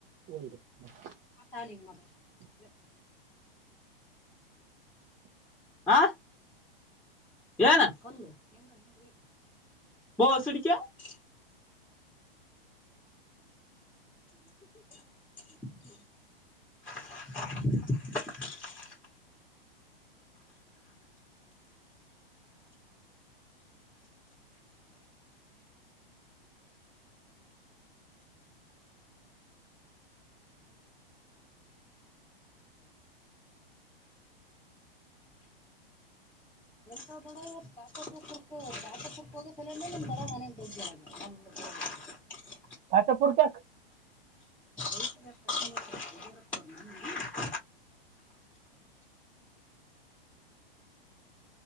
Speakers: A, on the right; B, in the centre.
A: ಒಂದು ಹಾ
B: ಮತ್ತ ಅವನಿಗೆ ಮಾತ್ರ ಎರ್ತ ಆ ಏನ <unintelligible> <inaudible> ತಡ ತಾಕರ್ಕು ತಾಟ ಕುರ್ಕು ಹೋಗೋ ಸಲ ನಮ್ ದಡ ಮನ <inaudible> <unintelligible> <inaudible>
A: ಕತಪುರ ಕ <unintelligible>
B: <inaudible>